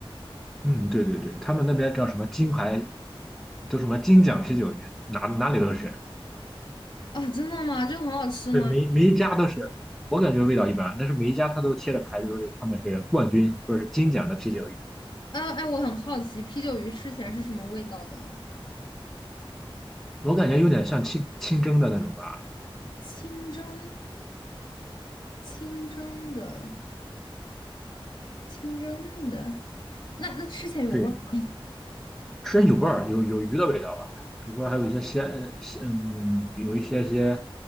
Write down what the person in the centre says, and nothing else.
嗯，对对对，他们那边叫什么金牌，都什么金奖啤酒鱼，哪哪里都是，
对，每每一家都是。我感觉味道一般，但是每一家他都贴着牌，就是他们是冠军，就是金奖的啤酒鱼。
我感觉有点像清清蒸的那种吧，
对，吃着有味儿，有有鱼的味道吧。比如说还有一些鲜，呃鲜嗯，有一些些